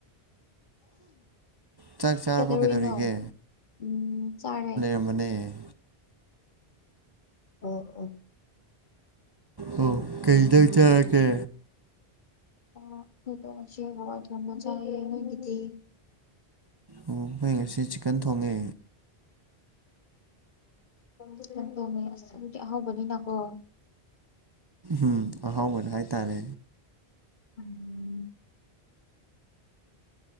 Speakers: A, on the right; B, on the left.
A: ꯆꯥꯛ ꯆꯥꯔꯕꯣ
B: <inaudible> ꯀꯩꯗꯧꯔꯤꯅꯣ,
A: ꯀꯩꯗꯧꯔꯤꯒꯦ
B: ꯎꯝ ꯆꯥꯔꯦ꯫
A: ꯃꯅꯦ
B: ꯑꯣ ꯑꯣ
A: ꯑꯣ ꯀꯩꯖꯥꯡ ꯆꯥꯔꯀꯦ?
B: ꯑꯣ <unintelligible> ꯗꯣ ꯉꯁꯤ ꯍꯋꯥꯏ ꯊꯣꯡꯕ ꯆꯥꯏꯌꯦ ꯅꯣꯏꯒꯤꯗꯤ?
A: ꯑꯣ ꯍꯣꯏ ꯉꯁꯤ ꯆꯤꯛꯀꯟ ꯊꯣꯡꯉꯦ꯫
B: ꯆꯤꯀꯟ ꯇꯣꯡꯉꯦ ꯑꯁ ꯑꯗꯨꯗꯤ ꯑꯍꯥꯎꯕꯅꯤꯅꯀꯣ
A: ꯎꯝ ꯑꯍꯥꯎꯕꯅ ꯍꯥꯏꯇꯥꯔꯦ꯫
B: ꯎꯝ